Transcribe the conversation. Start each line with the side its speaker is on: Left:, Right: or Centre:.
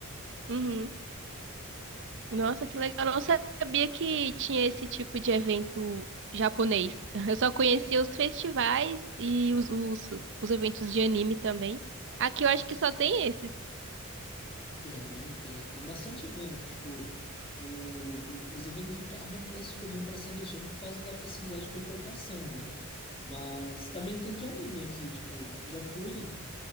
Right: Uhum. Nossa, que legal. Eu não sabia que tinha esse tipo de evento japonês. <laughs> Eu só conhecia os festivais e os, os, os eventos de anime também. Aqui eu acho que só tem esses.
Left: Tem, tem, tem bastante evento. Tipo, o, o- os eventos de carro é mais comum para essa região por causa da facilidade para importação, né? Mas também tem de anime aqui. Tipo, já fui